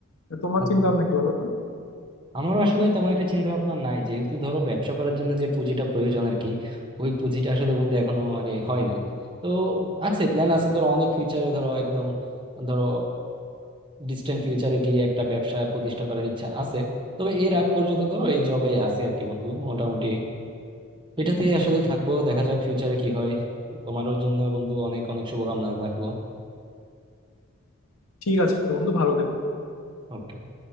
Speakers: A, on the left; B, on the right.
A: তো তোমার
B: আচ্ছা
A: চিন্তা ভাবনা কি বলো তো
B: আমারও আসলে তেমন একটা চিন্তা ভাবনা নাই যেহেতু ধরো ব্যবসা করার জন্য যে পুঁজিটা প্রয়োজন আর কি ওই পুঁজিটা আসলে বন্ধু এখনো মানে হয় নাই তো আছে প্ল্যান আছে ধরো অনেক ফিউচারে ধরো একদম ধরো ডিস্টেন্ট ফিউচারে গিয়ে একটা ব্যবসা প্রতিষ্ঠা করার ইচ্ছা আছে তবে এর আগ পর্যন্ত ধরো এই জবে আছি আর কি বন্ধু মোটামুটি এটাতেই আসলে থাকবো দেখা যাক ফিউচারে কি হয় তোমারও জন্য বন্ধু অনেক অনেক শুভকামনা থাকলো
A: ঠিক আছে বন্ধু ভালো থেকো
B: Okay.